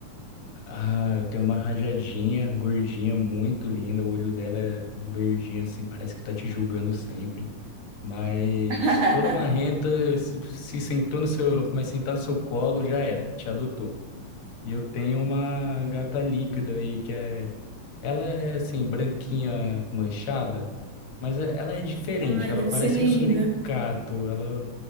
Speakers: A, on the left; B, on the right.
A: Ah, eu tenho uma rajadinha gordinha, muito linda. O olho dela é é verdinho, assim, parece que tá te julgando sempre. Mas
B: <laughs>
A: toda marrenta, se se sentou no seu, mas sentar no seu colo, já era, te adotou. E eu tenho uma gata líquida aí, que é. Ela é, assim, branquinha manchada, mas é- ela é diferente,
B: Ai,
A: ela
B: deve
A: parece
B: ser linda.
A: um suricato. Ela.